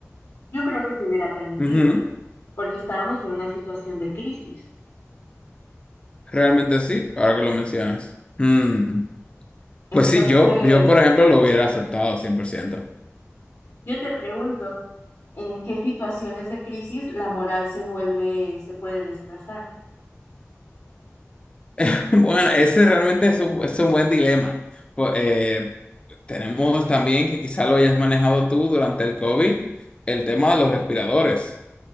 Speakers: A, on the left; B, on the left.
A: yo creo que se hubiera permitido,
B: Ujú.
A: porque estábamos en una situación de crisis.
B: Realmente sí, ahora que lo mencionas. Mm,
A: Entonces,
B: Pues sí, yo, yo, por ejemplo, lo hubiera aceptado 100%.
A: yo te pregunto, ¿en qué situaciones de crisis la moral se vuelve, se puede desplazar?
B: <laughs> Bueno, ese realmente es un, es un buen dilema. Pues, eh, tenemos también que quizá lo hayas manejado tú durante el COVID, el tema de los respiradores.